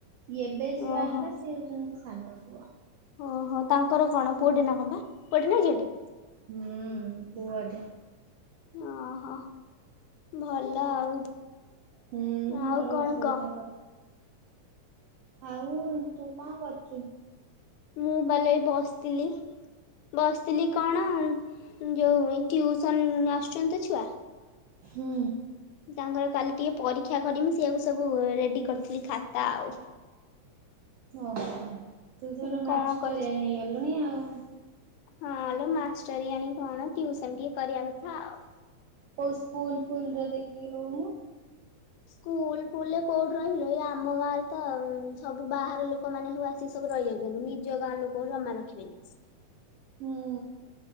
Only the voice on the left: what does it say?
ଓହୋ।
ଓହୋ ତାଙ୍କର କଣ ପୁଅଟେ ନା କଣ ପା ପୁଅଟେ ନା ଝିଅଟେ?
ଅହ। ଭଲ ଆଉ
ଆଉ
କଣ
କ।
ମୁଁ ପାଲ ଏଇ ବସିଥିଲି। ବସିଥିଲି କଣ ଯୋଉ ଟିଉସନ୍ ଆସୁଚନ୍ତି ଛୁଆ
ତାଙ୍କର କାଲି ଟିକେ ପରୀକ୍ଷା କରିମି ସେଇଆକୁ ସବୁ ରେଡି କରିଥିଲି ଖାତା ଆଉ।
କହିଲି
କଣ କରିଛି
ହଁ ଲୋ ମାଷ୍ଟରୀଆଣି କଣ ଟିଉସନ ଟିକେ କରିବା କଥା। ଆଉ
ସ୍କୁଲ ଫୁଲରେ କୋଉଠି ରହିମିଲୋ ଆମ ଗାଁରେ ତ ସବୁ ବାହାର ଲୋକମାନେ ସବୁ ଆ ସିକି ସବୁ ରହିଯାଉଚନ୍ତି ନିଜ ଗାଁ ଲୋକ ଜମା ରଖିବେନି।